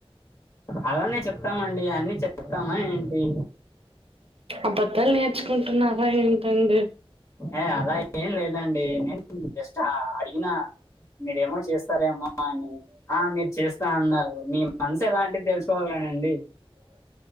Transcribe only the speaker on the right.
అబద్ధాలు నేర్చుకుంటున్నావ ఏంటండి